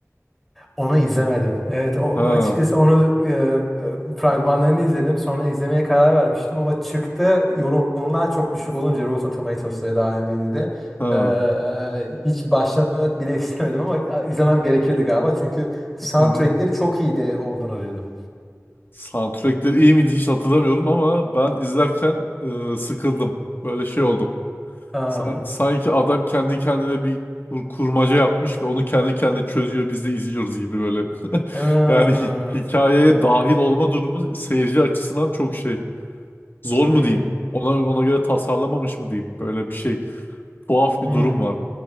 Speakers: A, in the centre; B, on the left.
A: Onu izlemedim. Evet, o,
B: Ha,
A: açıkçası onu e, e, fragmanlarını izledim. Sonra izlemeye karar vermiştim ama çıktı yorumlar çok düşük olunca Rotten Tomatoes'ta ya da IMDb'de
B: ha.
A: e, hiç başlamak bile <laughs> istemedim ama izlemem gerekirdi galiba. Çünkü soundtrackleri
B: Hı hı.
A: çok iyi de olduğunu duydum.
B: Soundtrackleri iyi miydi hiç hatırlamıyorum ama ben izlerken e, sıkıldım. Böyle şey oldum.
A: Aa,
B: San- sanki adam kendi kendine bir kur- kurmaca yapmış ve onu kendi kendine çözüyor biz de izliyoruz gibi böyle. <laughs>
A: aa,
B: Yani hi- hikayeye dahil olma durumu seyirci açısından çok şey. Zor mu
A: hmm,
B: diyeyim? Ona ona göre tasarlamamış mı diyeyim? Böyle bir şey. Tuhaf bir
A: hmm.
B: durum var.